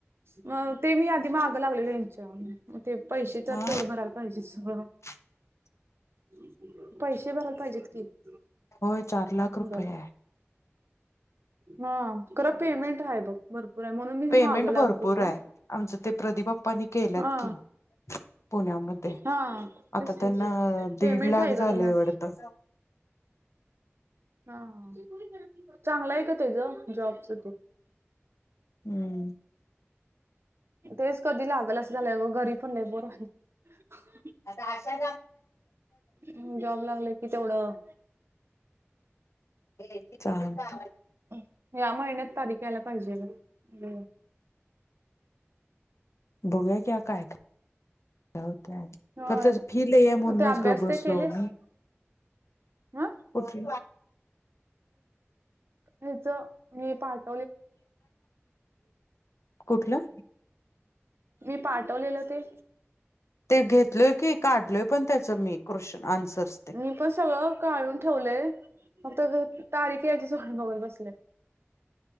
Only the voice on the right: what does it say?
मग ते मी आधी मागं लागलेले यांच्या ते पैसे तर
तेवढं भरायला पाहिजे सगळं
ह पैसे भरा पाहिजेत कि थोडं
हा खरं पेमेंट आहे बघ भरपूर आहे म्हणून मी
मागं लागत
होतो
हा
हा
तेच
की
पेमेंट
आहे
ग त्याला
हा चांगला आहे का त्याच जॉबच
तेच कधी लागल अस झालंय. घरी पण बोर व्हायला लागल.
हम जॉब लागल कि तेवढं,
ह्या महिन्यात तारीख यायला पाहिजे गं
होय
मग ते अभ्यास
ते केलेस
ह
ह्याच मी पाठ
मी पाठवलेलं ते
मी पण सगळं काढून ठेवलंय फक्त आता तारीख यायचीच वाट बघत बसलोय.